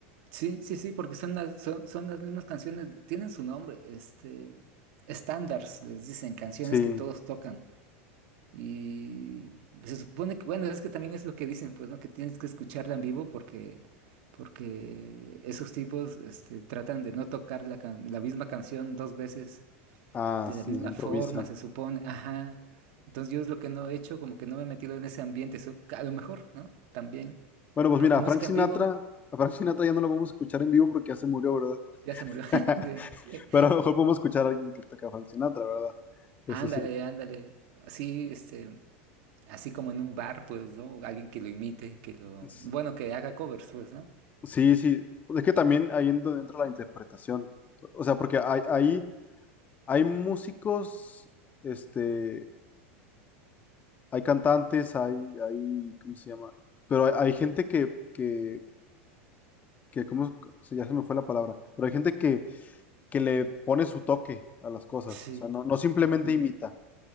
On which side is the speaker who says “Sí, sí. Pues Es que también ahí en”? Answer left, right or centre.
Left